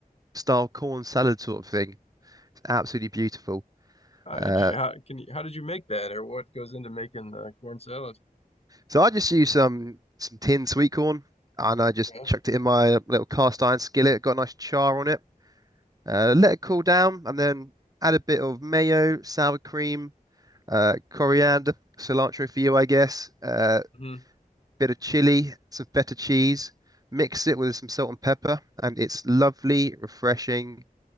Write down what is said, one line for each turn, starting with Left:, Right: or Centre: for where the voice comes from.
Right: style corn salad sort of thing. It's absolutely beautiful.
Left: Ah,
Right: Uh,
Left: interesting. How can you, how did you make that, or what goes into making the corn salad?
Right: so I just used some some tinned sweet corn, and I just
Left: Okay.
Right: chucked it in my little cast iron skillet. Got a nice char on it. Uh, let it cool down, and then add a bit of mayo, sour cream uh, coriander, cilantro for you, I guess, uh,
Left: hmm
Right: bit of chili, some feta cheese, mix it with some salt and pepper, and it's lovely, refreshing.